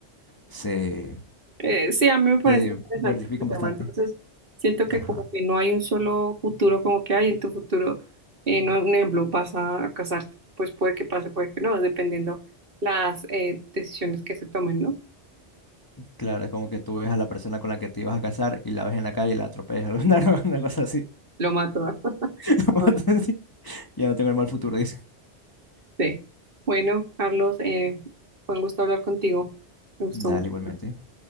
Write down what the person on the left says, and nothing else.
se,
Te
diversifican
bastante.
Ajá.
Claro, es como que tú ves a la persona con la que te ibas a casar y la ves en la calle y la atropellas, <laughs> alguna una cosa así.
<laughs> Una
cosa así. Ya no tengo el mal futuro, dice.
Dale,
igualmente.